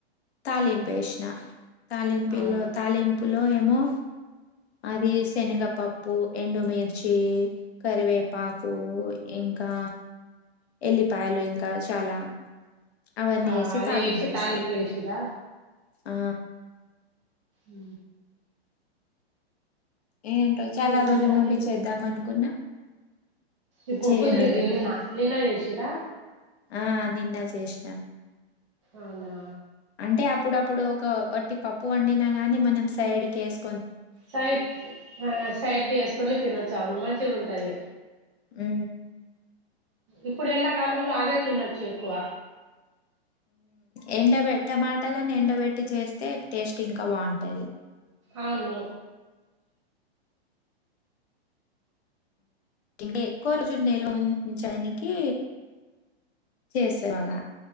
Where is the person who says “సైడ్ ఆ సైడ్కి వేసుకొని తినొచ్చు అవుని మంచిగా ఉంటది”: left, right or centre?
Right